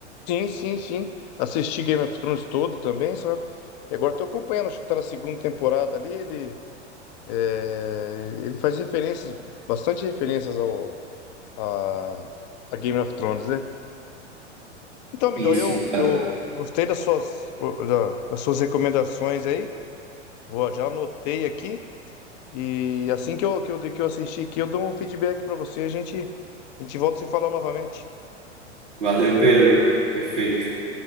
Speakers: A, on the left; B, on the right.
A: Sim, sim, sim. Assisti Game of Thrones todo também, sabe? E agora tô acompanhando, acho que tá na segunda temporada ali. Ele, é, ele faz referências, bastante referências ao a, a Game of Thrones, né? Então, amigão,
B: Isso,
A: eu,
B: exatamente.
A: eu gostei das suas, da- das suas recomendações aí. Vou, já anotei aqui. E assim que eu, que eu, que eu assistir aqui, eu dou um feedback pra você. A gente, a gente volta a se falar novamente.
B: Valeu, Pedro. Perfeito.